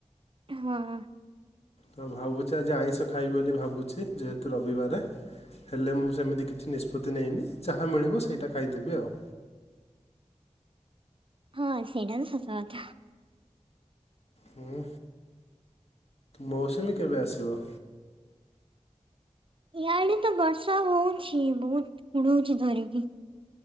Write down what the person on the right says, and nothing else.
ହଁ।
ହଁ ସେଇଟାବି ସତ କଥା।
ଇଆଡେ ତ ବର୍ଷା ହଉଛି ବହୁତ କୁଡଉଛି ଧରିକି।